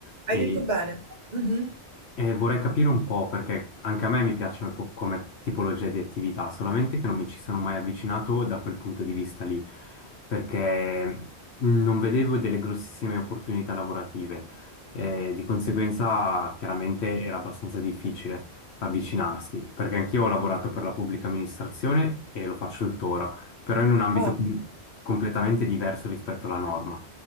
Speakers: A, on the left; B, on the right.
A: E
B: Hai detto bene? Mhm.
A: e vorrei capire un po' perché anche a me mi piacciono co- come tipologia di attività, solamente che non mi ci sono mai avvicinato da quel punto di vista lì, perché mhmm, non vedevo delle grossissime opportunità lavorative, e di conseguenza chiaramente era abbastanza difficile avvicinarsi, perché anch'io ho lavorato per la pubblica amministrazione e lo faccio tuttora, però in un ambito
B: Oh,
A: com- completamente diverso rispetto alla norma.